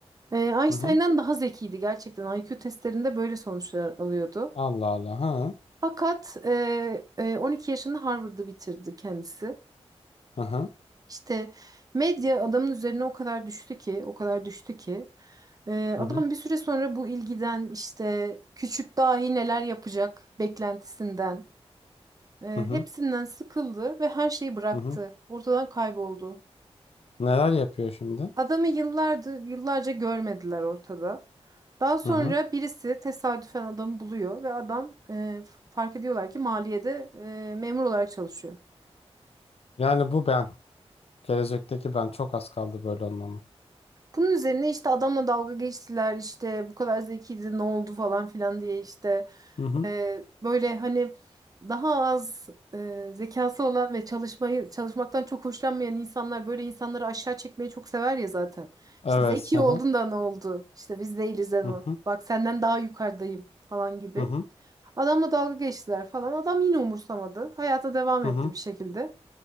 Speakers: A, on the right; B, on the left.
A: e, Einstein'dan
B: Hı hı.
A: daha zekiydi gerçekten. IQ testlerinde böyle sonuçlar alıyordu.
B: Allah Allah. Hı.
A: Fakat e, e, 12 yaşında Harvard'ı bitirdi kendisi.
B: Hı hı.
A: İşte medya adamın üzerine o kadar düştü ki, o kadar düştü ki e,
B: Hı
A: adam
B: hı.
A: bir süre sonra bu ilgiden işte küçük dahi neler yapacak beklentisinden Ee,
B: Hı hı.
A: hepsinden sıkıldı ve her şeyi bıraktı.
B: Hı hı.
A: Ortadan kayboldu.
B: Neler yapıyor şimdi?
A: Adamı yıllardır, yıllarca görmediler ortada. Daha sonra
B: Hı hı.
A: birisi tesadüfen adamı buluyor ve adam e, fark ediyorlar ki maliyede e, memur olarak çalışıyor.
B: Yani bu ben. Gelecekteki ben. Çok az kaldı böyle olmama.
A: Bunun üzerine işte adamla dalga geçtiler işte bu kadar zekiydi ne oldu falan filan diye işte
B: Hı hı.
A: Ee, böyle hani daha az e, zekası olan ve çalışmayı çalışmaktan çok hoşlanmayan insanlar böyle insanları aşağı çekmeyi çok sever ya zaten.
B: Evet.
A: İşte zeki
B: Hı hı.
A: oldun da ne oldu? İşte biz değiliz de
B: Hı
A: o.
B: hı.
A: Bak senden daha yukarıdayım falan gibi.
B: Hı hı.
A: Adamla dalga geçtiler falan. Adam yine umursamadı. Hayata devam
B: Hı
A: etti
B: hı.
A: bir şekilde.